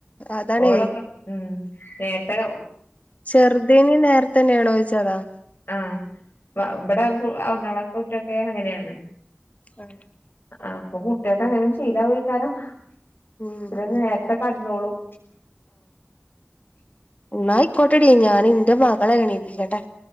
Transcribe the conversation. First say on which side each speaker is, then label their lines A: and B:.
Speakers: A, on the left; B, on the left.
A: അതാണേ
B: ഓളൊക്ക ഉം നേരത്തേ
A: ചെറുതേനി നേരത്തെ തന്നെയാണോദിച്ചതാ
B: ആഹ് ഇവിടെ ഒന്നാം ക്ലാസ്കുട്ടിയ്ക്ക് അങ്ങനെയാണ്
A: ആഹ്
B: ആഹ് അപ്പൊ കുട്ടികങ്ങനെ ശീലാവുമീകാലം
A: ഉം
B: ചില നേര നേരത്തെ കടന്നോളും
A: എന്നായിക്കോട്ടെടീ, ഞാൻ എന്റെ മകളെ എണീപ്പിക്കട്ടെ